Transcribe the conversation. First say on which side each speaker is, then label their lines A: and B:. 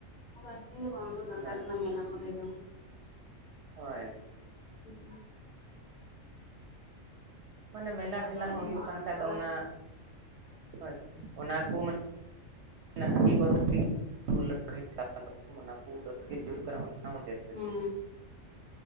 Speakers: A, on the left; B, on the right.
A: ᱟᱫᱚ ᱟᱹᱠᱷᱨᱤᱧ ᱫᱚ ᱵᱟᱱᱫᱽ ᱫᱚᱨᱠᱟᱨ
B: ᱦᱮᱸ
A: ᱠᱟᱱᱟ ᱢᱮᱞᱟ ᱠᱚᱨᱮ ᱫᱚ
B: ᱦᱳᱭ᱾
A: <unintelligible>
B: ᱢᱟᱱᱮ ᱢᱮᱞᱟ
A: ᱟᱨ ᱟᱵᱚᱣᱟᱜ
B: ᱴᱷᱮᱞᱟ ᱦᱚᱸ
A: ᱡᱮ
B: ᱦᱩᱭᱩᱜ
A: ᱦᱚᱸᱜ ᱚᱱᱟ
B: ᱠᱟᱱ
A: ᱠᱚᱨᱮ
B: ᱠᱷᱟᱹᱡ ᱫᱚ ᱚᱱᱟ
A: ᱠᱚ
B: ᱦᱳᱭ, ᱚᱱᱟ ᱠᱚ ᱢᱟ ᱚᱱᱮ ᱦᱟᱺᱰᱤ ᱯᱟᱹᱨᱣᱟᱹ ᱛᱮᱜᱮ <unintelligible> <unintelligible> ᱚᱱᱟ ᱠᱚ <unintelligible> ᱦᱩᱭᱩᱜ ᱠᱟᱱᱟ, ᱚᱱᱟ ᱢᱩᱫᱷᱮ ᱛᱮᱜᱮ
A: ᱦᱮᱸ